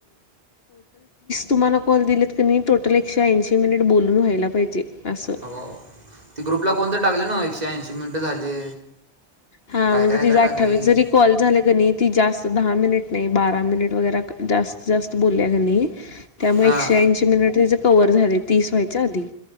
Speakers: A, on the left; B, on the right.
A: तुम्हाला क. ीशे मिनिट बोलून व्हायला पाहिजे. असं.
B: हो ते ग्रुपला कोणत टाकले ना एकशे ऐंशी मिनिटं झाले.
A: हा
B: काय
A: म्हणजे
B: काय
A: ति
B: काय
A: अठ्ठावीस
B: टाकले की
A: जरी कॉल झाला क ती जास्त. दहा मिनिट नाही बारा मिनिट वगैरे जास्त जास्त बोलल्या घानी. त्यामुळे
B: हां
A: एकशे ऐंशी मिनिट तचे कव्हवर झाले तीस व्हायच्या आधी.